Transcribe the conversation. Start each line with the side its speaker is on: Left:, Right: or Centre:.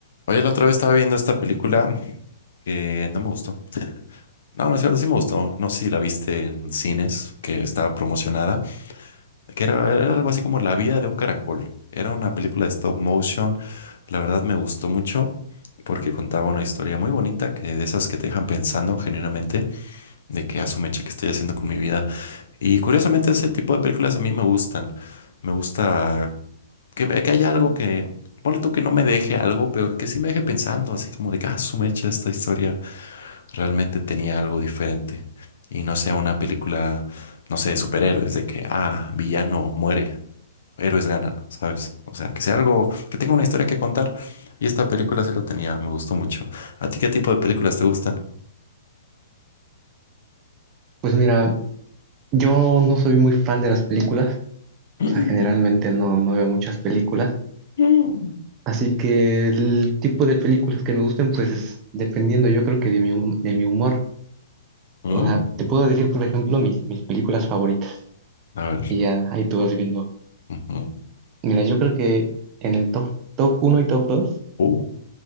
Left: Oye, la otra vez estaba viendo esta película que no me gustó. <laughs> No, no es cierto, sí me gustó. No sé si la viste en cines, que estaba promocionada, que era, era algo así como La vida de un caracol. Era una película de stop motion. La verdad me gustó mucho porque contaba una historia muy bonita, que de esas que te dejan pensando genuinamente de que asumeche que estoy haciendo con mi vida. Y curiosamente ese tipo de películas a mí me gustan. Me gusta que, me- que haya algo que, ponle tú que no me deje algo, pero que sí me deje pensando, así como de que, ah, su mecha, esta historia realmente tenía algo diferente. Y no sea una película, no sé, de superhéroes, de que, ah, villano muere, héroes ganan, ¿sabes? O sea, que sea algo, que tenga una historia que contar. Y esta película sí lo tenía, me gustó mucho. ¿A ti qué tipo de películas te gustan?
Right: Pues mira, yo no soy muy fan de las películas, o
Left: Mm,
Right: sea, generalmente no, no veo muchas películas,
Left: mm.
Right: así que el tipo de películas que me gusten, pues es dependiendo, yo creo que de mi, hum- de mi humor.
Left: Mm.
Right: O sea, te puedo decir, por ejemplo, mis, mis películas favoritas,
Left: A ver.
Right: y ya ahí tú vas viendo.
Left: Ujú.
Right: Mira, yo creo que en el top, top uno y top 2
Left: Uh,